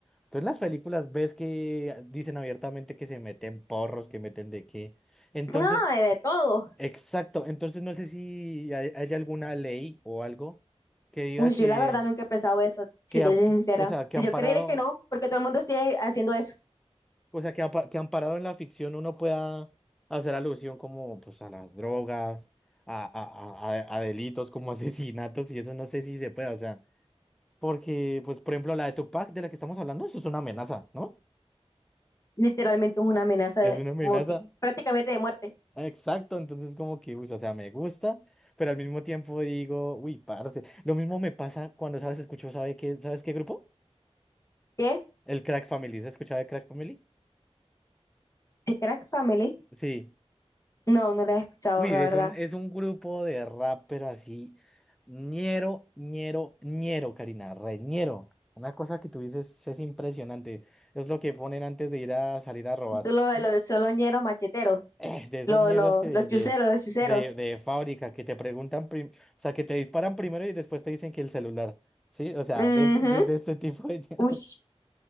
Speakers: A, in the centre; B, on the left.
A: Entonces, en las películas ves que dicen abiertamente que se meten porros, que meten de qué. Entonces,
B: No, de de todo.
A: exacto. Entonces, no sé si hay, hay alguna ley o algo que diga
B: Uy,
A: que,
B: yo la verdad nunca he pensado eso, si
A: que
B: te
A: am-
B: soy sincera.
A: o sea, que
B: Yo
A: amparado,
B: creeré que no, porque todo el mundo sigue haciendo eso.
A: o sea, que, ampa- que amparado en la ficción uno pueda hacer alusión como, pues, a las drogas, a, a, a, a a delitos como <laughs> asesinatos, y eso no sé si se puede, o sea. Porque, pues, por ejemplo, la de Tupac de la que estamos hablando, eso es una amenaza, ¿no?
B: Literalmente es una amenaza
A: Es
B: de
A: una amenaza.
B: multi- prácticamente de muerte.
A: Ah, Exacto, entonces como que, uy, o sea, me gusta, pero al mismo tiempo digo, uy, parce. Lo mismo me pasa cuando, ¿sabes? Escucho, ¿sabe qué, ¿sabes qué grupo?
B: ¿Qué?
A: El Crack Family, ¿se escuchaba de Crack Family?
B: ¿De Crack Family?
A: Sí.
B: No, no la he escuchado,
A: Uy,
B: la
A: es
B: verdad.
A: un, es un grupo de rap, pero así, ñero, ñero, ñero, Karina, re ñero. Una cosa que tú dices es impresionante, es lo que ponen antes de ir a salir a robar,
B: Son los,
A: ¿sí?
B: los, son los ñeros macheteros,
A: Eh, de esas
B: los,
A: mierdas
B: los,
A: que
B: los chuceros,
A: de,
B: los chuceros.
A: de, de fábrica que te preguntan, prim- o sea, que te disparan primero y después te dicen que el celular, ¿sí? O sea,
B: Ujú.
A: de, ese- de, de ese tipo de mierdas.
B: Uy,
A: <laughs>